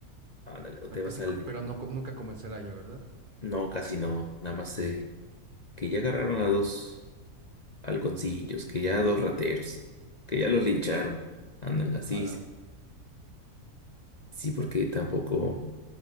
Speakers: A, on the left; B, on the right.
A: ándale, o
B: a-
A: te vas
B: así,
A: al...
B: co- pero no, co- nunca comencé en Celaya, ¿verdad?
A: No, casi no, nada más se que ya agarraron a dos halconcillos, que ya a dos rateros, que ya los lincharon. Ándale, así,
B: Ala.
A: sí, porque tampoco